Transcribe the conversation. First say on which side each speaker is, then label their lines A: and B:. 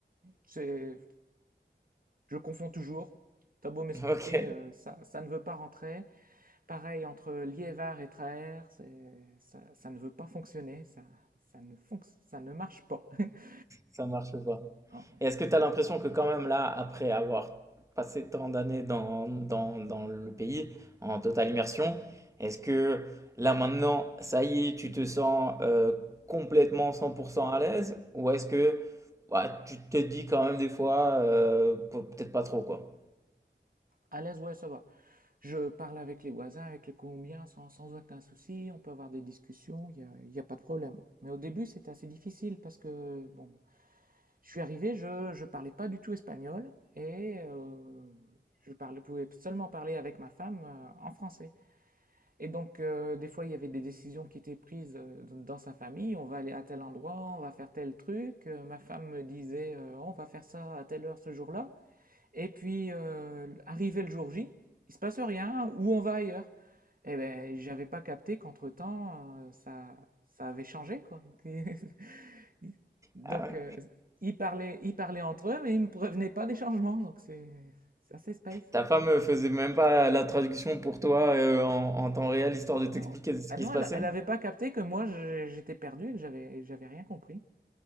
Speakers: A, on the right (about 50°); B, on the right (about 15°).
A: c'est Je confonds toujours. T'as beau m'expliquer,
B: <laughs> ok.
A: euh, ça, ça ne veut pas rentrer. Pareil, entre Liévard et Traer, c'est- ça, ça ne veut pas fonctionner. Ça, ça ne fonc- ça ne marche pas. <laughs>
B: Ça marche pas.
A: Hein,
B: Et est-ce que tu as l'impression que quand même là, après avoir passé tant d'années dans, dans, dans le pays, en totale immersion, est-ce que là maintenant, ça y est, tu te sens euh, complètement 100% à l'aise? Ou est-ce que ouais, tu te dis quand même des fois, euh, pe- peut-être pas trop quoi?
A: À l'aise, ouais, ça va. Je parle avec les voisins, avec les Colombiens, sans, sans aucun souci. On peut avoir des discussions, il n'y a, il y a pas de problème. Mais au début, c'était assez difficile parce que, bon, je suis arrivé, je ne parlais pas du tout espagnol et euh, je parlais, pouvais seulement parler avec ma femme euh, en français. Et donc, euh, des fois, il y avait des décisions qui étaient prises euh, dans sa famille. On va aller à tel endroit, on va faire tel truc. Euh, ma femme me disait, euh, on va faire ça à telle heure ce jour-là. Et puis, euh, arrivé le jour J, il se passe rien, ou on va ailleurs. Eh ben, j'avais pas capté qu'entre-temps, euh, ça, ça avait changé, quoi. <laughs> Donc,
B: Ah ouais.
A: euh, ils parlaient, ils parlaient entre eux, mais ils me prévenaient pas des changements. Donc, c'est c'est assez space.
B: Ta femme euh, faisait même pas la traduction pour toi euh, en, en temps réel, histoire de t'expliquer
A: Non,
B: ce
A: bah
B: qui
A: non,
B: se passait?
A: elle elle avait pas capté que moi je- j'étais perdu, et que j'avais j'avais rien compris.